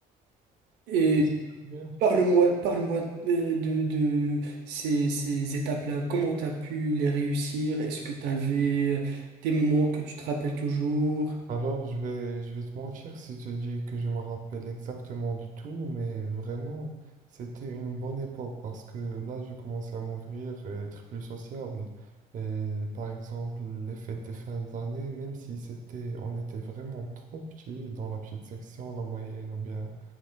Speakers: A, on the right (about 85°); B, on the right (about 50°).
A: Et
B: oui, c'est très bien.
A: parle-moi, parle-moi euh, de, de ces, ces étapes-là. Comment tu as pu les réussir? Est-ce que tu avais des moments que tu te rappelles toujours?
B: Alors, je vais, je vais te mentir si je te dis que je me rappelle exactement de tout, mais vraiment, c'était une bonne époque parce que là, je commençais à m'ouvrir et être plus sociable. Et par exemple, les fêtes des fins d'année, même si c'était, on était vraiment trop petits dans la petite section, la moyenne ou bien,